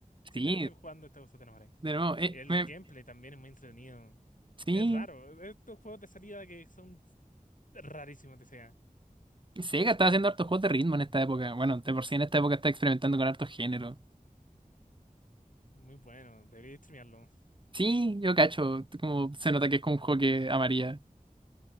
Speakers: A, on the left; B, on the right.
A: Simplemente
B: Sí,
A: jugando esta cosa te enamoráis.
B: de nuevo, eh,
A: Y el
B: me-
A: gameplay también es muy entretenido.
B: sí,
A: Es raro. E, Estos juegos de salida que son rarísimos de sea.
B: Sega está haciendo hartos juegos de ritmo en esta época. Bueno, de por sí en esta época está experimentando con hartos géneros.
A: Es muy bueno. Debería streamearlo.
B: Sí, yo cacho, como se nota que es como un juego que amaría.